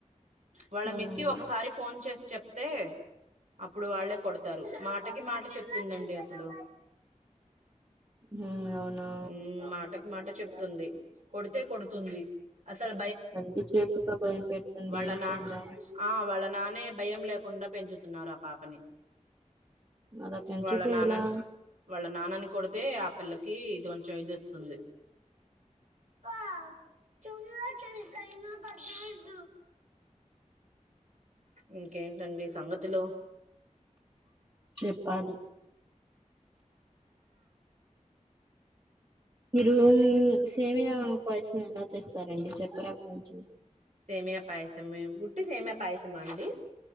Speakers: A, on the right; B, on the right.
A: వాళ్ళ
B: ఉమ్
A: మిస్ కి ఒకసారి ఫోన్ చేస్త చెప్తే అప్పుడు వాళ్ళే కొడతారు మాటకి మాట చెప్తుందండి అసలు
B: హ్మ్ అవునా
A: మ్మ్ మాటకి మాట చెప్తుంది కొడుతే కొడుతుంది అసలు
B: అంటి చేపుతో భయం పెట్టండి
A: వళనాన్
B: ఏం చేద్దాం
A: ఆ వళనాన్ అనే భయం లేకుండా పెంచుతున్నారు ఆ పాపని
B: అలా పెంచితే
A: వాళ్ళ నాన్నని
B: ఎలా
A: వాళ్ళ నానాని కొడితే ఆ పిల్లకి ఇది కొంచెం ఇది ఇస్తుంది పో చూ చనా <unintelligible> ఇంకేంటండి సంఘతులు
B: చెప్పాలి ఈ రూమ్ సేమియా పాయసం ఎలా చేస్తారండి చెప్పరా కొంచం
A: సేమయా పాయసమా ఊటీ సేమయా పాయసమా అండి